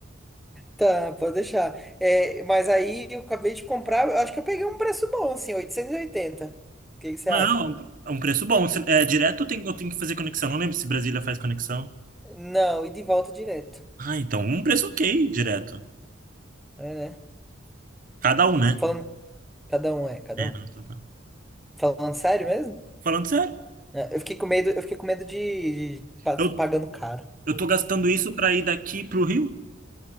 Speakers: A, in the centre; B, on the right.
A: Tá, pode deixar. É, mas aí eu acabei de comprar, eu acho que eu peguei um preço bom, assim, 880. O que que você
B: Não,
A: acha?
B: é um preço bom. Se- É direto ou tem, eu tenho que fazer conexão. Não lembro se Brasília faz conexão.
A: Não, e de volta direto.
B: Ah, então um preço ok, direto.
A: É, né?
B: Cada um, né?
A: Falando, cada um é, cada
B: É,
A: um.
B: não, então tá.
A: Falando sério mesmo?
B: Falando sério,
A: É, eu fiquei com medo, eu fiquei com medo de, de pa-
B: eu,
A: ter pagando caro.
B: eu tô gastando isso pra ir daqui pro Rio?